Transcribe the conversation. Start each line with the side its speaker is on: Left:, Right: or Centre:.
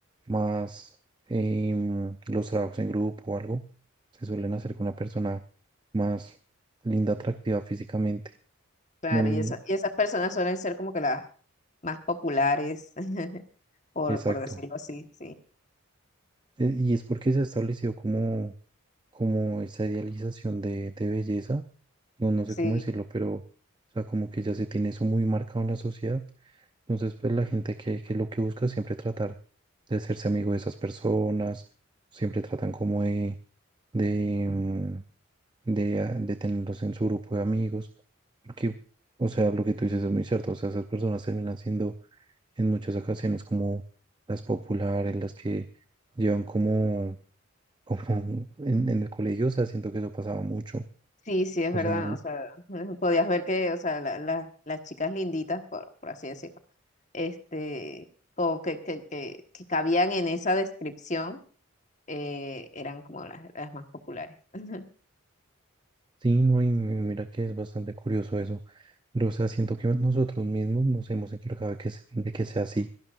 Right: más em, los trabajos en grupo o algo, se suelen hacer con una persona más linda, atractiva físicamente.
Left: Claro,
Right: No,
Left: y, esa- y esas personas suelen ser como que las más populares, <laughs> por,
Right: exacto.
Left: por decirlo así, sí.
Right: E- Y es porque se ha establecido como, como esa idealización de, de belleza, no, no
Left: Sí,
Right: sé cómo decirlo, pero o sea, como que ya se tiene eso muy marcado en la sociedad Entonces, pues la gente que, que lo que busca es siempre tratar de hacerse amigo de esas personas, siempre tratan como de, de, mm, de, ah, de tenerlos en su grupo de amigos, porque, o sea, lo que tú dices es muy cierto, o sea, esas personas terminan siendo en muchas ocasiones como las populares, las que llevan como, como <laughs> en, en el colegio, o sea, siento que eso pasaba mucho,
Left: Sí, sí, es
Right: o
Left: verdad.
Right: sea,
Left: O sea, <laughs> podías ver que, o sea, la- la- las chicas linditas, por, por así decirlo, este, como que, que, que, que cabían en esa descripción, eh, eran como las, las más populares. <laughs>
Right: Sí, no, y mi- mira que es bastante curioso eso. Pero, o sea, siento que nosotros mismos nos hemos encargado de que, se- de que sea así.